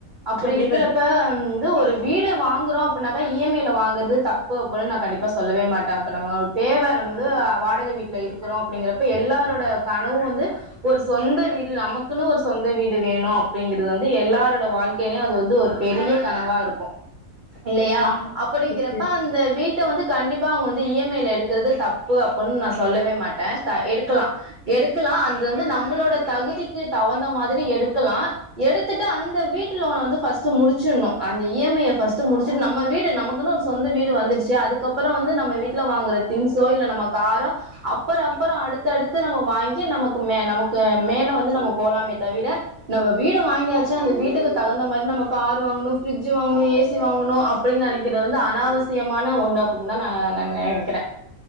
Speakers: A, on the right; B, on the left.
A: அப்படி
B: கண்டிப்பா
A: இருக்கிறப்ப ம் து ஒரு வீடு வாங்குறோம் அப்படின்னாக்கா இஎம்ஐல வாங்கறது தப்பு அப்படின்னு நான் கண்டிப்பா சொல்லவே மாட்டேன் இப்ப நம்மளுக்கு தேவை நம்ம வந்து வாடக வீட்டுல இருக்கிறோம் அப்படிங்கிறப்ப எல்லாரோட கனவும் வந்து ஒரு சொந்த வீடு நமக்குன்னு ஒரு சொந்த வீடு வேணும் அப்படிங்கறிறது வந்து எல்லாரோட வாழ்க்கையிலயும் அது வந்து ஒரு பெரிய கனவா இருக்கும் இல்லையா
B: ஆமா
A: அப்பிடிங்கறப்ப
B: நிச்சயமா
A: அந்த வீட்ட வந்து கண்டிப்பாஅவுங்க வந்து இஎம்ஐல எடுக்கிறது தப்பு அப்புனு நா சொல்லவே மாட்டேன் எடுக்கலாம் எடுக்கலாம் அது வந்து நம்மளோட தகுதிக்கு தவந்த மாதிரி எடுக்கலாம் எடுத்து அந்த வீட்டுலோன் வந்து பஸ்டு முடிச்சுரனும் அந்த இ எம் ஐ பஸ்ட் முடிச்சுட்டு நம்ம வீடு நமக்குன்னு ஒரு சொந்த வீடு வந்துடுச்சு அதுக்கப்புறம் வந்து நம்ம வீட்டுல வாங்குற திங்ஸோ இல்ல நம்ம காரோ அப்புறம் அப்புறம் அடுத்தடுத்து நம்ம வாங்கி நமக்கு மே நமக்கு மேலும் வந்து நம்ம போகலாமே தவிர நம்ம வீடு வாங்கியாச்சு அந்த வீட்டுக்கு தகுந்த மாதிரி நம்ம காரு வாங்கணும் ஃபிரிடட்ஜு வாங்கணும் ஏசி சி வாங்கணும் அப்படின்னு நினைக்கிறது வந்து அனாவசியமான ஒண்ணு அப்படின்னு தான் நான் நா நினைக்கிறேன்